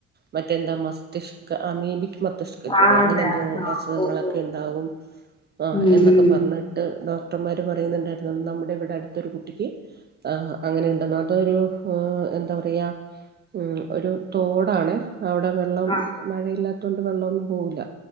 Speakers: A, on the right (about 35°); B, on the left (about 15°).
A: മറ്റെന്താമസ്തിഷ്ക അമീബിക് മസ്തിഷ്ക ജ്വാരോ
B: ആ
A: അങ്ങനെന്തോ
B: അതെ ആ
A: അസുഖങ്ങളൊക്കെ
B: ഓ ഓ
A: ഇണ്ടാവും ആഹ്
B: ഉം
A: എന്നൊക്കെ
B: ഉം
A: പറഞ്ഞിട്ട് ഡോക്ടർമാര് പറയുന്നുണ്ടാര്ന്നു നമ്മുടെ ഇവടെ അടുത്തൊരു കുട്ടി ആഹ് അങ്ങനെഇണ്ട്നാതൊരു എന്താ പറയാമം ഒരു തോടാണ് അവ്ടെ വെള്ളം
B: ആ
A: മഴയില്ലാതോണ്ട് വെള്ളോന്നും പോവുല